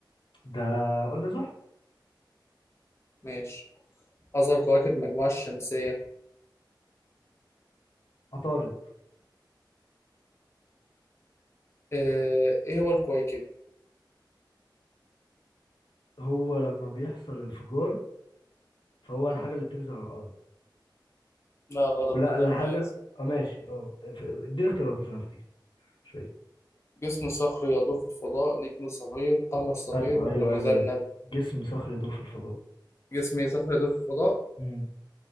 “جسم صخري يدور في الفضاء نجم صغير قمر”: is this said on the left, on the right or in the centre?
Left